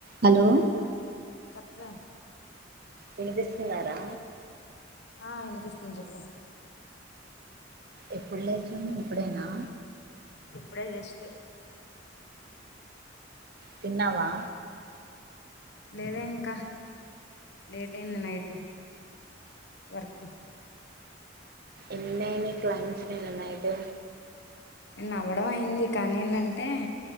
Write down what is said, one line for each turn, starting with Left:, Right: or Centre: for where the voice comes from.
Right: hello
Left: వ
Right: వినిపిస్తుందా రా
Left: ఆ ఇనిపిస్తుంది చెప్పు
Right: ఎప్పుడు లేదు ఇప్పుడేనా
Left: ఇప్పుడే జస్ట్
Right: తిన్నావా
Left: లేదే ఇంకా లేట్ అయింది నైట్ వర్క్
Right: ఎన్ని అయినయ్ క్లయింట్స్ నిన్న నైటు
Left: న అవ్వడం అయింది కానీ ఏంటంటే